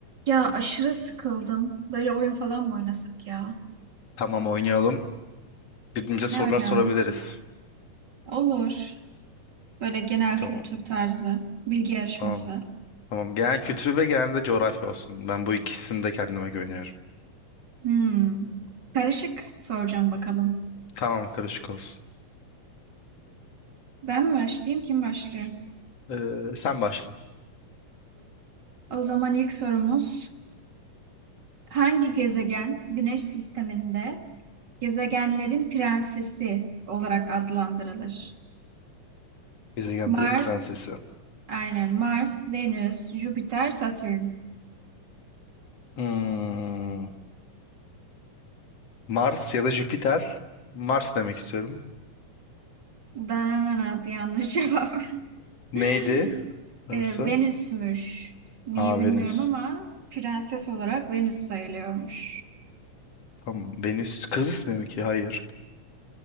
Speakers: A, on the right (about 35°); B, on the left (about 50°).
A: Ya aşırı sıkıldım. Böyle oyun falan mı oynasak ya?
B: Tamam oynayalım. Birbirimize
A: Ne
B: sorular
A: oynayalım?
B: sorabiliriz.
A: Olur. Böyle genel
B: Tamam.
A: kültür tarzı, bilgi yarışması.
B: Tamam. Tamam. Genel kültürü ve genel de coğrafya olsun. Ben bu ikisini de kendime güveniyorum.
A: Hmm. Karışık soracağım bakalım.
B: Tamam karışık olsun.
A: Ben mi başlayayım, kim başlıyor?
B: Ee, sen başla.
A: O zaman ilk sorumuz hangi gezegen Güneş sisteminde gezegenlerin prensesi olarak adlandırılır?
B: Gezegenlerin
A: Mars,
B: prensesi.
A: aynen Mars, Venüs, Jüpiter, Satürn.
B: Hmm, Mars ya da Jüpiter. Mars demek istiyorum.
A: Dananana yanlış cevap.
B: Neydi?
A: <laughs>
B: Varsa.
A: e, Venüs'müş. Niye
B: Aa
A: bilmiyorum
B: Venüs.
A: ama prenses olarak Venüs sayılıyormuş.
B: Tamam. Venüs kız ismi mi ki? Hayır.